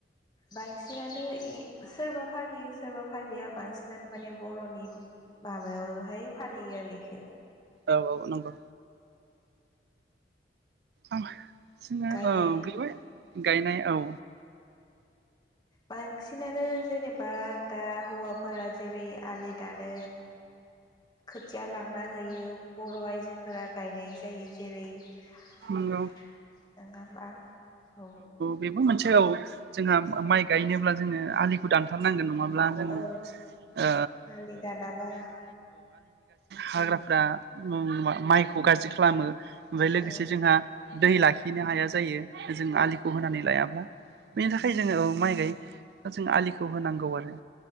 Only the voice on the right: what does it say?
औ औ। अ नंगौ। औ। जोंना
औ गैबाय। गायनाय औ।
नंगौ
बेबो मोनसे औ जोंहा माइ गायनोब्ला जोङो आलिखौ दानथारनांगोन नङा मा होनो
ओ
हाग्राफ्रा माइक। खौ गाज्रि खालामो। ओमफ्राय लोगोसे
जोंहा दै लाखिनो हाया जायो जों आलिखौ होनानै लायाब्ला बेनि थाखाय जोङो औ माइ गाय जों आलिखौ होनांगौ आरो।